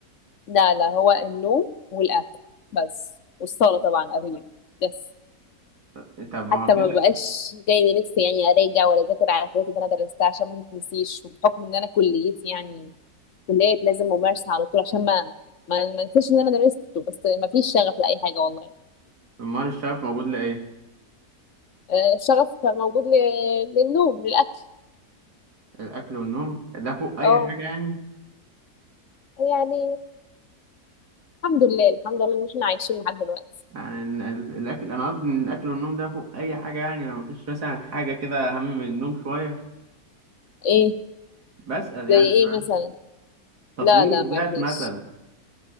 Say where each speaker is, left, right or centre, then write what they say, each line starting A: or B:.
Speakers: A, on the left; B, on the right.
A: لا لا هو النوم والاكل بس والصلاه طبعا قبل اليوم. بس
B: <laughs> طب ما
A: حتى
B: هو كده
A: ما بقاش جاي لنفسي يعني اراجع ولا اذاكر على الحاجات اللي انا درستها عشان ما تتنسيش وبحكم ان انا كليتي يعني كليه لازم ممارسه على طول عشان ما ما ما انساش اللي انا درسته بس ما فيش شغف لاي حاجه والله
B: امال الشغف موجود لإيه
A: آه، الشغف موجود ل- للنوم للاكل
B: الاكل والنوم ده فوق اي
A: اه
B: حاجة يعني
A: يعني الحمد لله الحمد لله ان احنا عايشين لحد دلوقتي
B: يعني ال- ال- الاكل انا قصدي ان الاكل والنوم ده فوق اي حاجه يعني ما فيش مثلا حاجه كده اهم من النوم شويه
A: إيه
B: بسأل يعني
A: زي ايه
B: فاهم؟
A: مثلا
B: تطوير
A: لا لا
B: الذات
A: ما فيش
B: مثلا